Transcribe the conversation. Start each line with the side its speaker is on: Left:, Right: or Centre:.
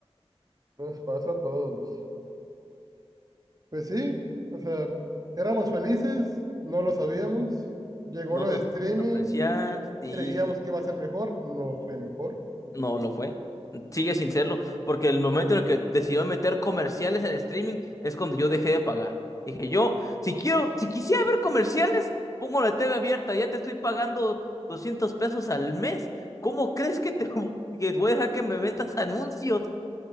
Right: Nos pasó a todos. Pues sí, o sea, éramos felices, no lo sabíamos. Llegó
Left: Nos
Right: lo de streaming,
Left: vamos a apreciar y
Right: creíamos que iba a ser mejor, no fue mejor.
Left: No lo fue. Sigue sin serlo, porque el momento en el que decidió meter comerciales al streaming es cuando yo dejé de pagar. Dije, yo, si quiero, si quisiera ver comerciales, pongo la TV abierta, ya te estoy pagando 200 pesos al mes. ¿Cómo crees que te <laughs> que voy a dejar que me metas anuncios? O